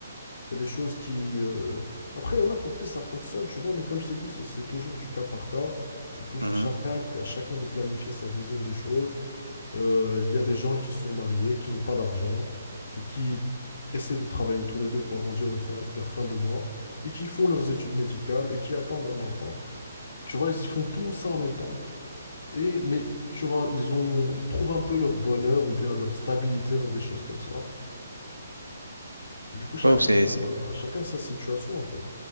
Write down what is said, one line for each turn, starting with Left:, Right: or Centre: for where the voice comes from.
Left: Il y a des choses qui... euh, Après, il y en a pour qui ça fonctionne, tu vois, mais comme je t'ai dit, ce- c'est toujours du cas par cas. C'est toujours
Right: Mhm.
Left: chacun, à chacun de planifier sa vision des choses. Euh, Il y a des gens qui sont mariés, qui n'ont pas d'argent, et qui essaient de travailler tous les deux pour arrondir le fin- leur fin de mois, et qui font leurs études médicales, et qui attendent un enfant. Tu vois, ils font tout ça en même temps. Et, mais tu vois, ils ont, ils trouvent un peu leur bonheur ou bien leur stabilité dans des choses comme ça. Du coup, chacun,
Right: Ouais, c'est,
Left: sa-
Right: c'est,
Left: chacun sa situation, en fait.